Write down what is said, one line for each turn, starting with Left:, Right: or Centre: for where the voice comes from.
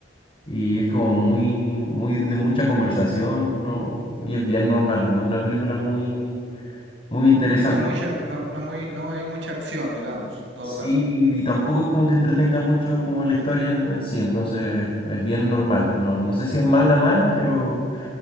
Left: Y es como muy, muy de mucha conversación, ¿no? Y es bien normal, no es una película muy, muy interesante.
Right: No mucha, no, no muy, no hay mucha acción, digamos, en todo
Left: Sí,
Right: caso.
Left: y tampoco es como que entretenga mucho como la historia en en sí, entonces es bien normal. No, no sé si es mala, mala, pero.